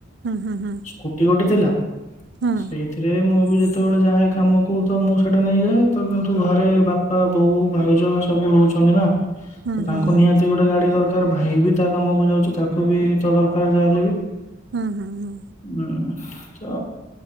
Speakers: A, on the right; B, on the left.
A: ହୁଁ ହୁଁ
B: ସ୍କୁଟି ଗୋଟେ ଥିଲା
A: ହୁଁ
B: ସେଇଥିରେ ମୁଁ ବି ଯେତେବେଳେ ଯାଏ କାମକୁ ତ ମୁଁ ସେଇଟା ନେଇଯାଏ। ତ କିନ୍ତୁ ଘରେ ବାପା ବୋଉ ଭାଉଜ ସବୁ ରହୁଚନ୍ତି ନା। ତ
A: ହୁଁ ହୁଁ ହୁଁ
B: ତାଙ୍କୁ
A: ହୁଁ
B: ନିହାତି ଗୋଟେ ଗାଡ଼ି ଦର ତାର ଭାଇ ବି ତା କାମକୁ ଯାଉଚି ତାକୁ ବି ତ ଦରକାର ଯାହା ହେଲେ ବି।
A: ହୁଁ ହୁଁ ହୁଁ।
B: ହୁଁ ତ